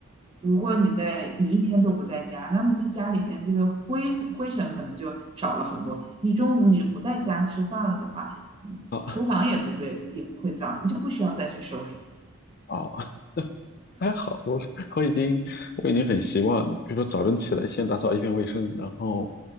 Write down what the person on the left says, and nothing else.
啊
啊。还好，我 <laughs> 我已经我已经很习惯了。比如说早晨起来先打扫一遍卫生，然后